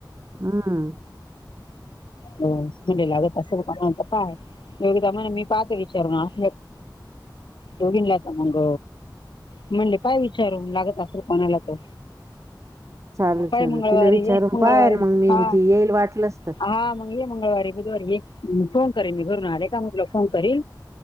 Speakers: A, on the right (about 40°); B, on the left (about 85°).
A: हम.
B: हो म्हडे लागत असेल पण कायघदा मला मी <unintelligible> पाहाते विचारून आस दोघींनाच मंग म्हणले पाय विचारू लागत असेल कोणाला तर.
A: चालेल
B: काय
A: चालेल
B: मंगळवारी
A: तिला विचारून
B: ये मंगळवारी
A: पाय मग मी
B: हा
A: न ती येईल वाटलंच तर.
B: हा मग ये मंगळवारी बुधवारी ये फोन करेन मी घरून आले का मग फोन करील